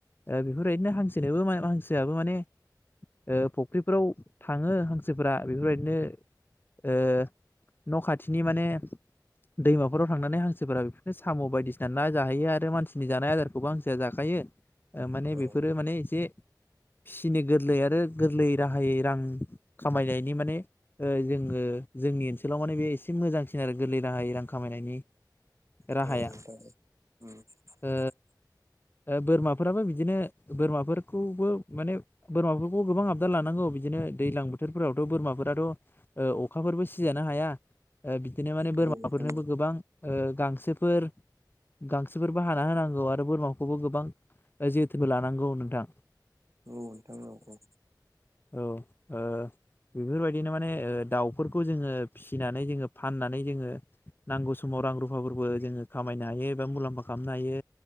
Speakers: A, on the left (about 30°); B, on the right (about 45°).
A: बेफोरबायदिनो हांसोनोबो मायबा हांसोआबो माने ओ फ फख्रिफोराव थाङो हांसोफोरा बेफोरबायदिनो ओ न खाथिनि माने दैमाफोराव थांनानै हांसोफोरा बिफोरनो साम बायदिसिना ना जाहैयो आरो मानसिनि जानाय आदारखौबो हांसोआ जाखायो ओ माने बेफोरो
B: औ
A: माने एसे फिसिनो गोरलै आरो गोरलै राहायै रां खामायनायनि माने जोङो जोंनि ओनसोलाव माने बे एसे मोजांसिन आरो गोरलै राहायै रां खामायनायनि
B: औ
A: राहाया
B: <unintelligible>
A: ओ बोरमाफोराबो बिदिनो बोरमाफोरखौबो माने बोरमाफोरखौ गोबां आ बदार लानांगौ बिदिनो दैज्लां बोथोरफोरावथ' बोरमाफोराथ' अखाफोरबो सिजानो हाया उह बिदिनो माने
B: औ नोंथां
A: बोरमाफोरनोबो गोबां उह गांसोफोर गांसोफोरबो हाना होनांगौ आरो बोरमाखौबो गोबां जोथोनबो लानांगौ नोंथां
B: औ नोंथां औ औ
A: औ उह बेफोरबायदिनो माने दाउफोरखौ जोङो फिसिनानै जोङो फाननानै जोङो नांगौ समाव रां रुफाफोरबो जोङो खामायनो हायो एबा मुलाम्फा खालामनो हायो